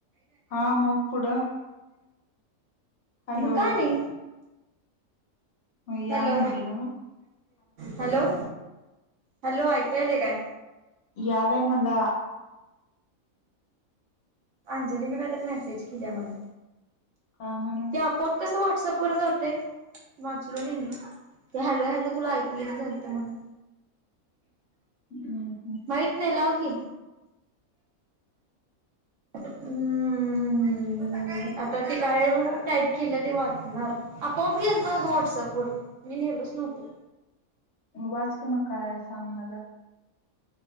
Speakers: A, on the left (about 65°); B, on the right (about 65°).
A: हा मग पुढं हॅलो
B: मुकानी
A: या
B: हॅलो
A: म्हटली ना मग
B: हॅलो हॅलो ऐकू आले काय?
A: या बाई म्हणला
B: अंजली मी कायत मेसेज केल्या मला
A: काय म्हणून
B: ते आपोआप कसं व्हॉट्सअप व जाते? ऐकलो नाही मीते हॅलो हॅलो तुला ऐकू ना झालत म्हणून
A: हम्म हम्म
B: माहित नाही लाव की हम्म हम्म आता ते काय टाईप केलं ते वाचणार आपोआप गेलत वाटसअप वर मी नेलो नव्हतं
A: वाच कि मग काय आहे सांग मला